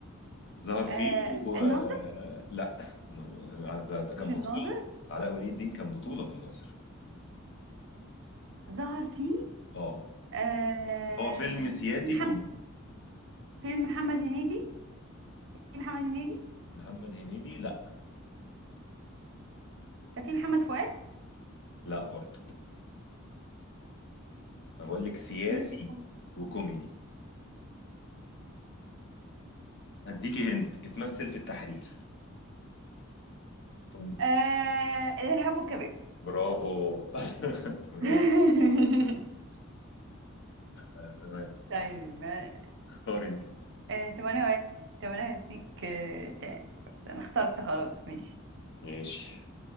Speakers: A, on the left (about 55°); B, on the right (about 60°).
A: ظهر فيه
B: آه
A: و...
B: الناظر
A: آه، لا آه، ده ده كان
B: مش الناظر
A: بطولة علاء ولي الدين كان بطولة في الناظر
B: ظهر فيه
A: اه
B: آه
A: هو فيلم سياسي
B: في محمد
A: كوميدي
B: فيلم محمد هنيدي في محمد هنيدي
A: محمد هنيدي لا
B: كان في محمد فؤاد
A: لا برضه انا بقول لك سياسي
B: في ياسر كوم-
A: وكوميدي اديكي هنت اتمثل في التحرير ثم-
B: آه الارهاب والكباب
A: برافو <laughs> برافو
B: <laughs>
A: آه، تمام
B: طيب ما-
A: اختاري انت
B: آه طب انا هقول- طب انا هديك آه تاني انا اخترت خلاص ماشي
A: ماشي